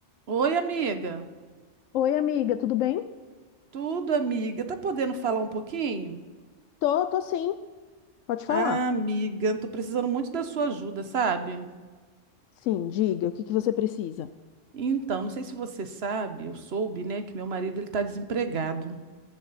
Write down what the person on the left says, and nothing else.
Oi, amiga, tudo bem?
Tô, tô sim. Pode falar.
Sim, diga, o que que você precisa?